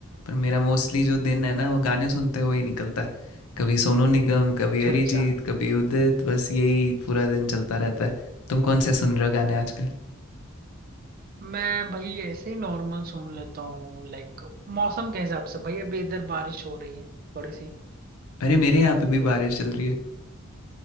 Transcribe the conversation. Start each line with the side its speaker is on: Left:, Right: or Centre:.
Left: पर मेरा मोस्टली जो दिन है ना वो गाने सुनते हुए ही निकलता है कभी सोनू निगम कभी
Right: अच्छा
Left: अरिजीत
Right: अच्छा
Left: कभी उदित बस यही पूरा दिन चलता रहता है तुम कौन से सुन रहे हो गाने आजकल
Right: मैं भाई ऐसे ही नॉर्मल सुन लेता हूँ लाइक मौसम के हिसाब से भाई अभी इधर बारिश हो रही है थोड़ी सी
Left: अरे मेरे यहाँ पे भी
Right: तो
Left: बारिश चल रही है